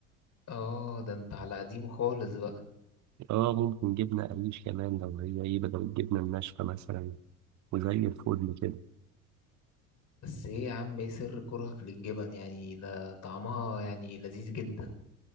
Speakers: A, on the left; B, on the right.
A: اه ده انت على قديمه خالص بقى
B: اه ممكن جبنة قريش كمان لو هي ايه بدل الجبنة الناشفة مثلا وزي الفل كده
A: بس ايه يا عم ايه سر كرهك للجبن يعني ده طعمها يعني لذيذ جدا